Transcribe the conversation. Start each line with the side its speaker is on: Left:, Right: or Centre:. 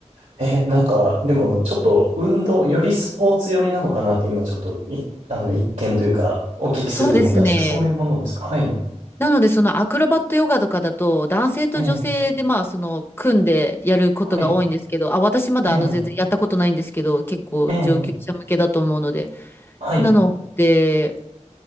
Right: えー、なんか、でも、ちょっと、運動、よりスポーツ寄りなのかなって、今、ちょっと、い、あの、一見というか、お聞きすると思ったんですけど、
Left: そうですね。
Right: そういうものですかはい。
Left: なので、そのアクロバットヨガとかだと、男性と女性で、
Right: ええ、
Left: まあ、その、組んでやることが多いんですけど、
Right: はい。
Left: あ、私まだ、
Right: ええ、
Left: あの、全然やったことないんですけど、結構上級者向けだと思うので。
Right: ええ、はい。
Left: なので、